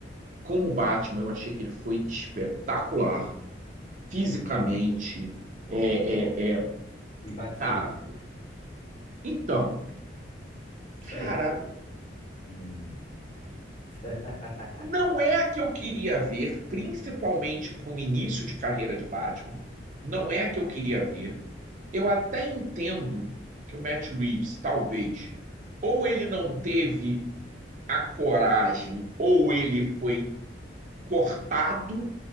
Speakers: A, on the right; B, on the left.
A: Como Batman, eu achei que ele foi espetacular fisicamente.
B: entendi. Bom,
A: É,
B: bom.
A: é, é,
B: E bate
A: cara,
B: switch?
A: então,
B: Isso
A: cara,
B: aí. Hum. <laughs>
A: Não é a que eu queria ver, principalmente para um início de carreira de Batman. Não é a que eu queria ver. Eu até entendo que o Matt Reeves, talvez, ou ele não teve a coragem, ou ele foi cortado